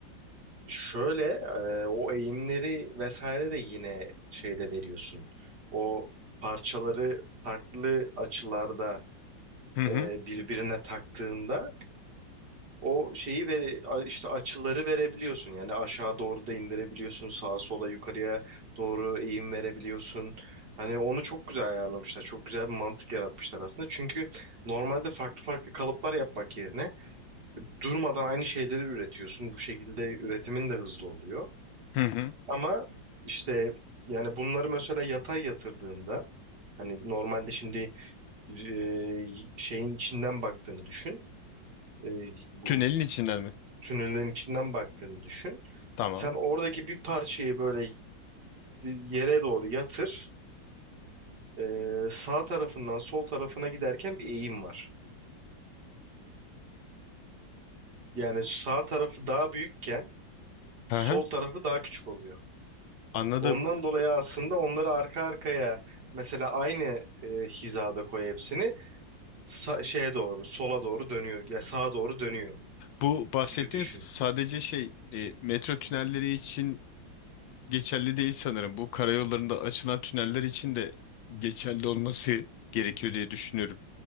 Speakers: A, on the right (about 60°); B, on the left (about 75°).
A: Şöyle e, o eğimleri vesaire de yine şeyde veriyorsun. O parçaları farklı açılarda
B: Hı hı.
A: e, birbirine taktığında o şeyi vere, a- işte açıları verebiliyorsun. Yani aşağı doğru da indirebiliyorsun, sağa sola yukarıya doğru eğim verebiliyorsun. Hani onu çok güzel ayarlamışlar. Çok güzel bir mantık yaratmışlar aslında. Çünkü normalde farklı farklı kalıplar yapmak yerine durmadan aynı şeyleri üretiyorsun. Bu şekilde üretimin de hızlı oluyor.
B: Hı hı.
A: Ama işte yani bunları mesela yatay yatırdığında hani normalde şimdi e, şeyin içinden baktığını düşün. e, bu
B: Tünelin içinden mi?
A: tünellerin içinden baktığını düşün.
B: Tamam.
A: Sen oradaki bir parçayı böyle yere doğru yatır. E, sağ tarafından sol tarafına giderken bir eğim var. Yani sağ tarafı daha büyükken
B: Hı
A: sol
B: hı.
A: tarafı daha küçük oluyor.
B: Anladım.
A: Ondan dolayı aslında onları arka arkaya mesela aynı e, hizada koy hepsini sa- şeye doğru sola doğru dönüyor ya sağa doğru dönüyor
B: Bu bahsettiğin
A: gibi düşün.
B: sadece şey e, metro tünelleri için geçerli değil sanırım. Bu karayollarında açılan tüneller için de geçerli olması gerekiyor diye düşünüyorum.